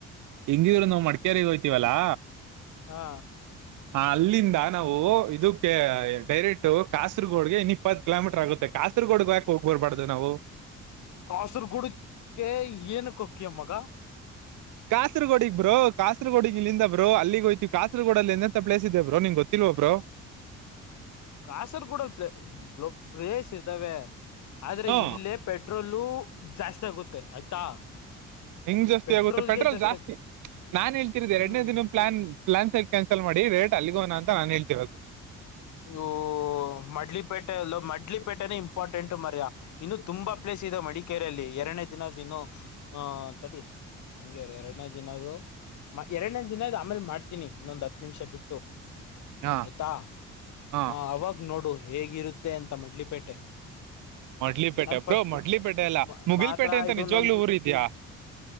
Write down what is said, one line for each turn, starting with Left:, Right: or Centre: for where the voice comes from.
Right: ಹೆಂಗಿದ್ರು ನಾವು ಮಡ್ಕೇರಿ ಹೋಗ್ತೀವಲ್ಲಾ.
Left: ಹಾ
Right: ಹಾ ಅಲ್ಲಿಂದ ನಾವು ಇದಕ್ಕೆ ಡೈರೆಕ್ಟ್ ಕಾಸರ್ಗೋಡ್ಗೆ ಇಪ್ಪತ್ತು ಕಿಲೋಮೀಟರ್ ಆಗುತ್ತೆ ಕಾಸರ್ಗೋಡ್ ಯಾಕ ಹೋಗ್ ಬರ್ಬಾರ್ದು ನಾವು.
Left: ಕಾಸರಗೂಡಕ್ಕೆ ಏನಕ್ಕೆ ಹೊಕ್ಕಿಯ ಮಗ.
Right: ಕಾಸರಗೋಡಗ್ ಬ್ರೋ ಕಾಸರಗೋಡ ಇಲ್ಲಿಂದ ಬ್ರೋ ಅಲ್ಲಿಗೆ ಹೋಯಿತೀವಿ ಕಾಸರಗೋಡಲ್ಲಿ ಎಂತ ಪ್ಲೇಸ್ ಇದೆ ಬ್ರೋ ನಿನಗ ಗೊತ್ತಿಲ್ವ ಬ್ರೋ.
Left: ಕಾಸರ್ಗೂಡಲ್ಲಿ ಬ್ರೋ ಪ್ಲೇಸ್ ಇದ್ದಾವೆ ಆದ್ರೆ
Right: ಹಾ
Left: ಇಲ್ಲೇ ಪೆಟ್ರೋಲು ಜಾಸ್ತಿ ಆಗುತ್ತೆ ಆಯ್ತಾ.
Right: ಹೆಂಗ್ ಜಾಸ್ತಿ
Left: ಪೆಟ್ರೋಲ್ಗೆ
Right: ಆಗುತ್ತೆ ಪೆಟ್ರೋಲ್ ಜಾಸ್ತಿ
Left: ಆಗ್
Right: ನಾನ್ ಹೇಳ್ತರಿದ್ದ ಎರಡನೇ
Left: ಹ್ಮ್
Right: ದಿನ ಪ್ಲಾನ್ ಸಹ ಕ್ಯಾನ್ಸಲ್ ಮಾಡಿ ರೇಟ್ ಅಲ್ಲಿ ಹೋಗಣ ಅಂತ ನಾನ ಹೇಳ್ತಿರೋದು
Left: ಓ ಮಡ್ಲಿಪೇಟೆನೆ ಇಂಪಾರ್ಟೆಂಟ್ ಮಾರಾಯ ಇನ್ನು ತುಂಬಾ ಪ್ಲೇಸ್ ಇದೆ ಮಡಿಕೇರಿಲ್ಲಿ ಎರಡನೇ ದಿನದ ಇನ್ನು ಹಾ ತಡಿ ಹಂಗೆ ಎರಡು ಎರಡನೇ ದಿನದು ಎರಡನೇ ದಿನದ ಆಮೇಲೆ ಮಾಡ್ತೀನಿ ಇನ್ನೊಂದ್ ಹತ್ ನಿಮಿಷ ಬಿಟ್ಟು
Right: ಹಾ
Left: ಆಯ್ತಾ
Right: ಹಾ
Left: ಹ ಅವಾಗ ನೋಡು ಹೇಗಿರುತ್ತೆ ಅಂತ ಮಡ್ಲಿಪೇಟೆ
Right: ಮೊಡ್ಲಿಪೇಟೆ
Left: ನನ್ ಫಸ್ಟ್
Right: ಬ್ರೋ ಮೊಡ್ಲಿಪೇಟೆ ಅಲ್ಲ ಮುಗಿಲ್ಪೇಟೆ
Left: ಮಾತ್ರ
Right: ಅಂತ
Left: ಇದು
Right: ನಿಜವಾಗ್ಲೂ
Left: ನನ್
Right: ಊರ್ ಇದ್ಯಾ